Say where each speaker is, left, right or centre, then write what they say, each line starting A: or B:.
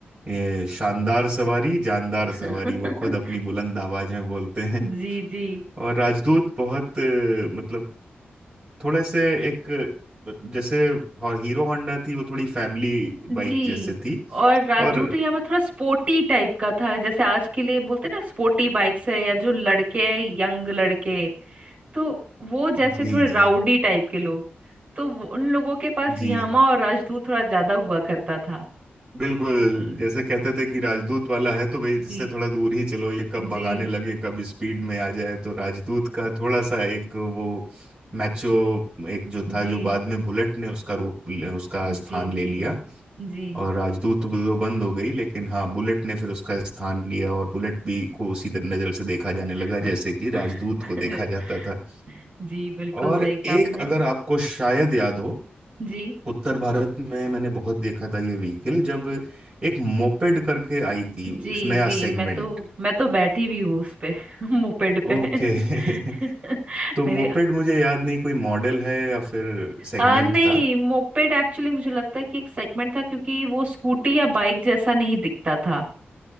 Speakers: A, on the right; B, on the right.
A: ए, शानदार सवारी जानदार
B: <laughs>
A: सवारी वो खुद अपनी बुलंद आवाज में बोलते हैं
B: जी जी
A: और राजदूत बहुत अ, मतलब थोड़े से एक जैसे और हीरो होंडा थी वो थोड़ी फैमिली
B: जी
A: बाइक जैसे थी
B: और राजू
A: और
B: तो यहाँ में थोड़ा स्पोर्टी टाइप का था जैसे आज के लिए बोलते ना स्पोर्टी बाइक्स है या जो लड़के हैं यंग लड़के तो वो जैसे
A: जी
B: थोड़े
A: जी
B: राउडी टाइप के लोग तो वो- उन लोगों के पास
A: जी
B: यामा और राजदूत थोड़ा ज्यादा हुआ करता था
A: बिल्कुल जैसे कहते थे कि राजदूत वाला है तो भाई इससे
B: जी
A: थोड़ा दूर ही चलो ये कब
B: जी
A: भगाने लगे कब स्पीड में आ जाए तो राजदूत का थोड़ा सा एक वो मैचो एक जो था
B: जी
A: जो बाद में बुलेट ने उसका रूप उसका
B: जी
A: स्थान ले
B: जी
A: लिया
B: जी
A: और राजदूत तो वो बंद हो गई लेकिन हाँ बुलेट ने फिर उसका स्थान लिया और बुलेट भी को उसी तरह नजर से देखा जाने लगा
B: <laughs>
A: जैसे कि राजदूत को देखा जाता था
B: जी बिल्कुल
A: और
B: सही कहा
A: एक
B: आपने
A: अगर आपको शायद याद हो
B: जी
A: उत्तर भारत में मैंने बहुत देखा था ये व्हीकल जब एक मोपेड करके आई थी
B: जी
A: इस नया
B: जी
A: सेगमेंट
B: मैं तो मैं तो बैठी भी हूँ उस पे <laughs> मोपेड पे
A: ओके
B: <laughs>
A: <laughs> तो
B: मेरे
A: मोपेड मुझे याद नहीं कोई मॉडल है या फिर सेगमेंट
B: आ, नहीं
A: था
B: मोपेड एक्चुअली मुझे लगता है कि एक सेगमेंट था क्योंकि वो स्कूटी या बाइक जैसा नहीं दिखता था